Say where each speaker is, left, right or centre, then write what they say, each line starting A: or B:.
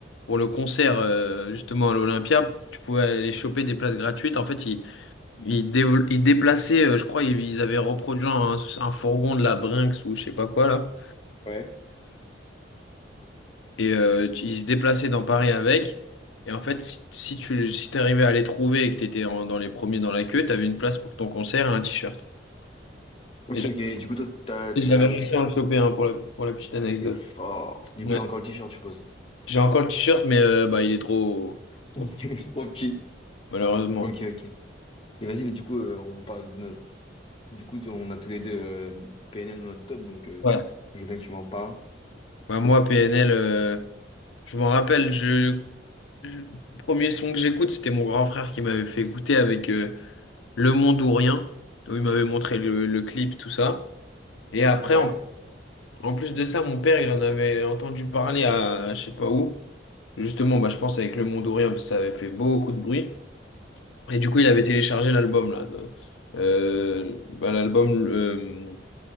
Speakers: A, on the left (about 85°); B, on the left (about 30°).
A: pour le concert euh, justement à l'Olympia, tu pouvais aller choper des places gratuites. En fait, ils, ils, dévo- ils déplaçaient, euh, je crois, ils, ils avaient reproduit un, un fourgon de la Brinks ou je sais pas quoi là.
B: Ouais.
A: et euh, tu- ils se déplaçaient dans Paris avec. Et en fait, si, si tu si t'arrivais à les trouver et que t'étais en- dans les premiers dans la queue, t'avais une place pour ton concert et un t-shirt.
B: Ok,
A: Et j'a-
B: ok, du coup, toi, t'as,
A: et
B: t'as
A: j'avais réussi
B: réussi?
A: à le choper hein, pour la, pour la petite anecdote.
B: T'es fort. Du
A: Ouais.
B: coup, t'as encore le t-shirt, je suppose.
A: J'ai encore le t-shirt, mais euh, bah, il est trop, trop
B: <laughs>
A: petit,
B: Trop petit.
A: malheureusement.
B: Ok, ok. Et vas-y, mais du coup, euh, on parle de notre... Du coup, on a tous les deux euh, PNL dans notre top, donc euh,
A: Ouais.
B: je veux bien que tu m'en parles.
A: Bah, moi, PNL, euh, je m'en rappelle, je, je- premier son que j'écoute, c'était mon grand frère qui m'avait fait écouter avec euh, Le Monde ou Rien, où il m'avait montré le, le clip, tout ça. Et après,
B: Ouais.
A: en En plus de ça, mon père, il en avait entendu parler à, à je sais pas où. Justement, bah, je pense avec Le Monde ou Rien, parce que ça avait fait beaucoup de bruit. Et du coup, il avait téléchargé l'album, là. de- euh, bah, l'album euh,